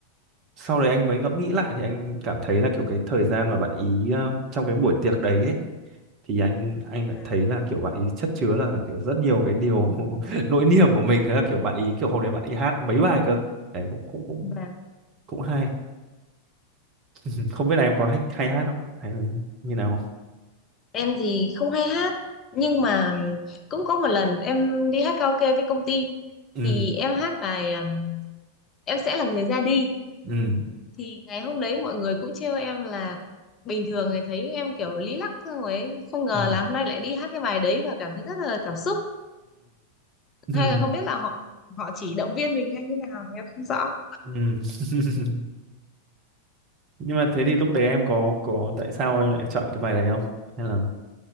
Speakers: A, on the right; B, on the left.
A: sau đấy anh mới ngẫm nghĩ lại thì anh cảm thấy là kiểu cái thời gian mà bạn ý ờ, trong cái buổi tiệc đấy ấy, thì anh anh lại
B: Vâng.
A: thấy là kiểu bạn ý chất chứa là kiểu rất nhiều cái điều <laughs> nỗi niềm của mình thế là kiểu bạn ý kiểu hôm đấy bạn ý hát mấy bài cơ đấy cũng cũng cũng
B: Vâng.
A: cũng hay Ừ, không biết là em có hay, hay hát không hay là như nào không
B: Em thì không hay hát nhưng mà cũng có một lần em đi hát karaoke với công ty
A: ừ
B: thì em hát bài um, Em sẽ là người ra đi
A: ừ
B: thì ngày hôm đấy mọi người cũng trêu em là bình thường người thấy em kiểu lý lắc xong ấy. Không ngờ
A: ừ
B: là hôm nay lại đi hát cái bài đấy và cảm thấy rất là cảm xúc hay
A: ừ <laughs>
B: là không biết là họ họ chỉ động viên mình hay như nào thì em không rõ
A: Ừ. <laughs> Nhưng mà thế thì lúc đấy em có có tại sao em lại chọn cái bài đấy không? Hay là